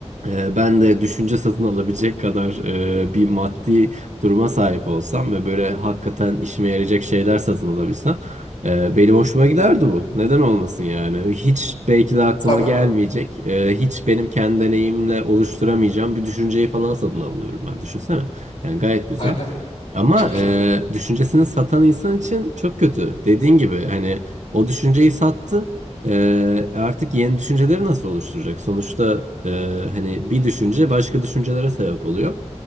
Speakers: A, on the right (about 85°); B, on the left (about 40°).
A: e, ben de düşünce satın alabilecek kadar e, bir maddi duruma sahip olsam ve böyle hakikaten işime yarayacak şeyler satın alabilsem e, benim hoşuma giderdi bu. Neden olmasın yani? Hiç belki de aklıma
B: Tabii.
A: gelmeyecek. e, hiç benim kendi deneyimle oluşturamayacağım bir düşünceyi falan satın alıyorum ben. Düşünsene. Yani gayet güzel.
B: Aynen.
A: Ama
B: Çok
A: e,
B: iyi.
A: düşüncesini satan insan için çok kötü. Dediğin gibi hani o düşünceyi sattı. Ee, artık yeni düşünceleri nasıl oluşturacak? Sonuçta e, hani bir düşünce başka düşüncelere sebep oluyor.